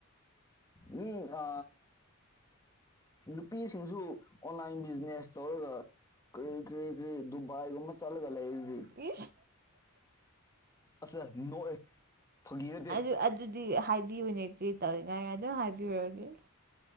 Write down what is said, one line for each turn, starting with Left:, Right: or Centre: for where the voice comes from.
Left: ꯃꯤ ꯑ ꯅꯨꯄꯤꯁꯤꯡꯁꯨ ꯑꯣꯟꯂꯥꯏꯟ ꯕꯤꯖꯤꯅꯦꯁ ꯇꯧꯔꯒ ꯀꯔꯤ ꯀꯩ ꯀꯔꯤ ꯗꯨꯕꯥꯏꯒꯨꯝꯕ ꯆꯠꯂꯒ ꯂꯩ ꯍꯧꯗꯤ
Right: ꯏ
Left: ꯑꯁ ꯅꯣꯛꯑꯦ ꯐꯥꯒꯤꯔꯗꯤꯦ
Right: ꯑꯗꯨ ꯑꯗꯨꯗꯤ ꯍꯥꯏꯕꯤꯌꯨꯅꯦ ꯀꯩ ꯇꯧꯅꯤꯡꯉꯥꯏ ꯑꯗꯨꯝ ꯍꯥꯏꯕꯤꯔꯨꯔꯒꯦ